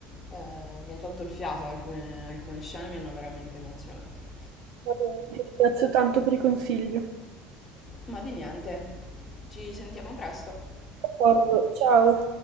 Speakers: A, on the left; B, on the right.
A: eh, mi ha tolto il fiato, alcune, alcune scene mi hanno veramente emozionato.
B: Va bene, ti ringrazio tanto per i consigli.
A: Ma di niente, ci sentiamo presto.
B: D'accordo, ciao.